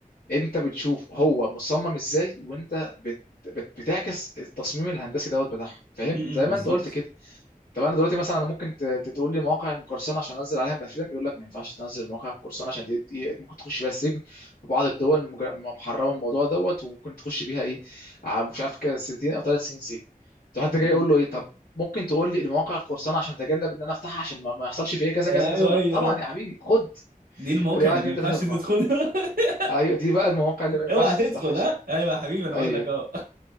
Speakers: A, on the left; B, on the right.
A: انت بتشوف هو مصمم ازاي وانت بت... بت... بتعكس التصميم الهندسي دوت بتاعها فاهم
B: م-
A: زي
B: م،
A: ما
B: بالظبط
A: انت قلت كده طب انا دلوقتي مثلا انا ممكن ت- ت- تقول لي مواقع المقرصنه عشان انزل عليها من الافلام يقول لك ما ينفعش تنزل مواقع المقرصنه عشان دي ايه ممكن تخش بيها السجن في بعض الدول مج- محرمه الموضوع دوت وممكن تخش بيها ايه ع- مش عارف كده سنتين او ثلاث سنين سجن طب انت
B: م-
A: جاي يقول
B: م.
A: له ايه طب ممكن تقول لي المواقع القرصنه عشان اتجنب ان انا افتحها عشان ما ما يحصلش فيا كذا
B: ايوه
A: كذا كذا اقول لك
B: هي
A: طبعا
B: ده
A: يا حبيبي خد
B: دي الموقع
A: ادي 1
B: اللي
A: 2
B: ما ينفعش
A: 3 4
B: تدخلها <laughs>
A: ايوه دي بقى المواقع اللي ما ينفعش
B: اوعى تدخل
A: تفتحها عشان
B: ها ايوه يا حبيبي انا
A: ايوه
B: بقول لك
A: ايوه
B: اهو